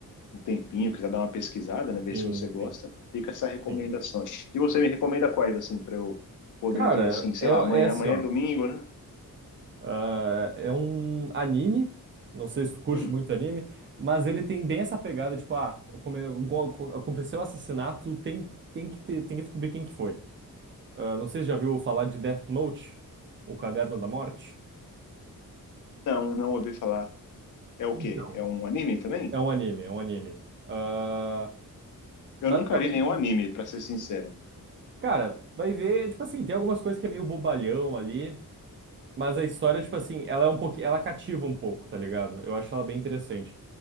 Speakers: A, on the left; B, on the right.
A: um tempinho, quiser dar uma pesquisada, né, ver
B: Sim,
A: se você gosta,
B: sim,
A: fica essa recomendação.
B: sim.
A: E você me recomenda quais, assim, para eu poder
B: Cara,
A: ver, assim, sei
B: é, é
A: lá, amanhã,
B: assim,
A: amanhã
B: ó.
A: é domingo, né?
B: ah, é um anime. Não sei se tu curte
A: Hum,
B: muito anime, mas ele tem bem essa pegada, tipo, ah, come- go- aconteceu o assassinato, tem, tem que ter- tem que descobrir quem que foi. Ah, não sei se já viu falar de Death Note, o Caderno da Morte.
A: não, não ouvi falar. É o
B: Então,
A: quê? É um anime também?
B: é um anime, é um anime. Ah,
A: Eu
B: basicamente,
A: nunca vi nenhum anime, para ser sincero.
B: cara, vai ver, tipo assim, tem algumas coisas que é meio bobalhão ali, mas a história, tipo assim, ela é um pouquinho, ela cativa um pouco, tá ligado? Eu acho ela bem interessante.